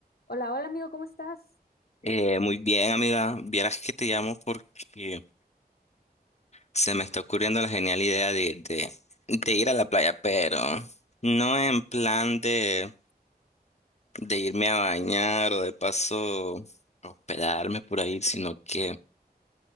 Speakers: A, on the left (about 70°); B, on the left (about 45°).
A: Hola, hola amigo, ¿cómo estás?
B: Eh, muy bien, amiga. Vieras que te llamo porque se me está ocurriendo la genial idea de, de, de ir a la playa, pero no en plan de, de irme a bañar o de paso hospedarme por ahí, sino que